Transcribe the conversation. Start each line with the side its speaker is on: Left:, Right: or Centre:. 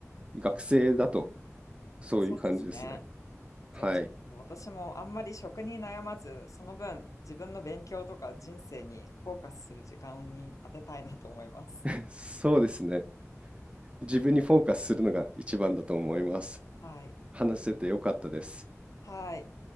Right: 学生だとそういう感じですね
Left: そうですね。
Right: はい
Left: じゃあ、ちょっと私もあんまり食に悩まず、その分、自分の勉強とか人生にフォーカスする時間に当てたいなと思います。
Right: <laughs> そうですね自分にフォーカスするのが一番だと思います。
Left: はい。
Right: 話せてよかったです。
Left: はい。